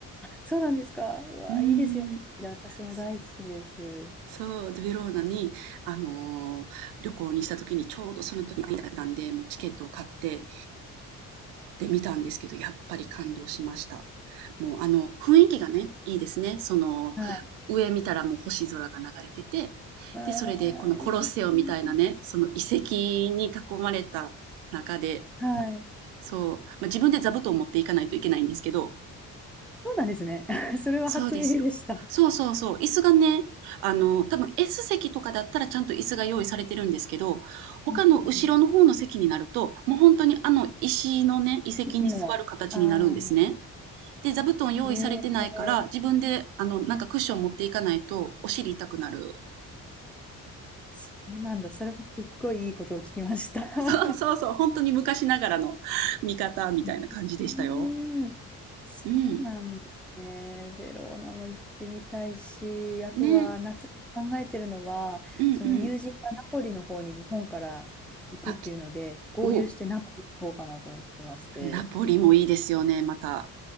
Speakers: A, in the centre; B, on the right.
A: そうなんですか。うわ、
B: うーん。
A: いいですよね。いや私も大好きです。
B: そそう、で、ベローナに、あの、旅行にした時に、ちょうどその時にアイダだったんで、もうチケットを買っててみたんですけど、やっぱり感動しました。もうあの、雰囲気がね、いいですね。その、
A: はい。
B: 上見たらもう星空が流れてて、
A: うーん、
B: で、それでこのコロッセオみたいなね、
A: いいですね
B: その遺跡に囲まれた中で、
A: はい。
B: そう、まあ、自分で座布団を持っていかないといけないんですけど、
A: そうなんですね。<laughs> それは初耳でした。
B: そうですよ。そうそうそう、椅子がね、あの、多分 S 席とかだったらちゃんと椅子が用意されてるんですけど、他の後ろの方の席になると、
A: うんうん
B: もう本当にあの石のね、遺跡に座る形になるんですね。
A: 息も、ああ、
B: で、座布団用意されてないから、
A: ええ
B: 自分で、あの、なんかクッション持っていかないと、お尻痛くなる。
A: そうなんだ。それもすっごいいいことを聞きました。
B: <laughs> そうそうそう、
A: <laughs>
B: 本当に昔ながらの <laughs> 見方みたいな感じでしたよ。
A: うーんそうなんですね。
B: うん。
A: ベローナも行ってみたいし、あとは夏に考えてるのは、
B: ね。うんうん。
A: その友人がナポリの方に日本から行くっていうので、
B: あ、
A: 合流してナポリに行こうかなと思ってまして。
B: お、ナポリもいいですよね、また。